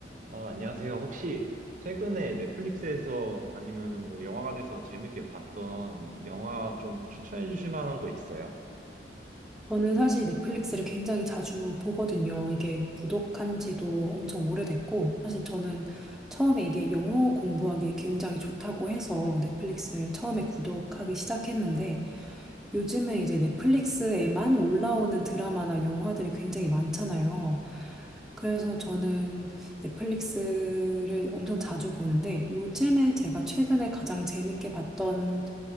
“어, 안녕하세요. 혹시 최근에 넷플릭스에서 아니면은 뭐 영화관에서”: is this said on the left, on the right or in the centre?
Right